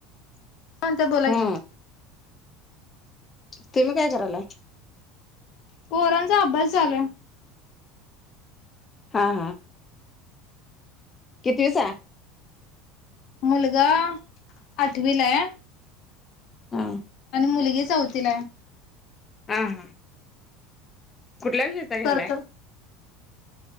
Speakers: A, on the left; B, on the left.
A: काय म्हणताय बोला
B: हा
A: की
B: तुही काय करायलाय
A: पोरांचा अभ्यास चालू हाय
B: हा हा कितविताय
A: मुलगा आठवीलाय
B: हा
A: मुलगी चौथीलाय
B: हा हा कुठल्या विषयचा घालाय
A: करतो